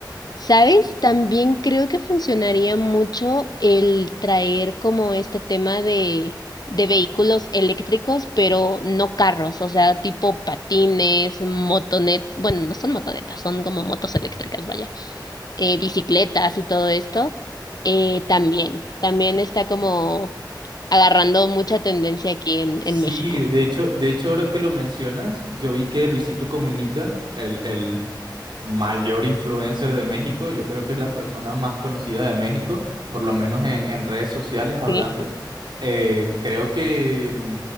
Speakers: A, on the left; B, on the right.
A: ¿Sabes? También creo que funcionaría mucho el traer como este tema de, de vehículos eléctricos, pero no carros, o sea, tipo patines, motonet, bueno, no son motonetas, son como motos eléctricas, vaya, eh, bicicletas y todo esto. Eh, también, también está como agarrando mucha tendencia aquí en,
B: Sí,
A: en México.
B: de hecho, de hecho, ahora que lo mencionas, yo vi que Luisito Comunica, el, el mayor influencer de México, yo creo que es la persona más conocida de México, por lo menos en, en redes sociales hablando,
A: Sí.
B: eh, creo que, mm,